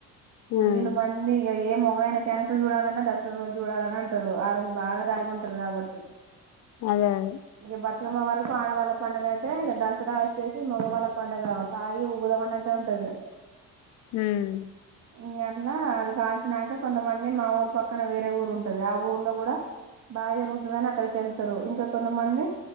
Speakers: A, on the right; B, on the left.
A: ఫుల్
B: ఉమ్
A: మందిగా ఏ మగన్ని క్యారెక్టర్ చూడాలన్నా దసరా రోజు చూడాలని అంటారు ఆ రోజు బాగా దాగి ఉంటారు కాబట్టి
B: అదే అదే
A: ఇక వరకు ఆడవాళ్ళ పండగ అయితే ఇ దసరా వచ్చేసి మగవాళ్ళ పండగ తాగి ఊగుదాం అని అంట ఉంటారు
B: హ్మ్
A: ఇంకా అట్లా అది కాల్చినాక కొంతమంది మా ఊరు పక్కన వేరే ఊరు ఉంటది ఆ ఊర్లో కూడా బాగా జరుగుతుందిని అక్కడికి వెళ్తారు ఇంకా కొంతమంది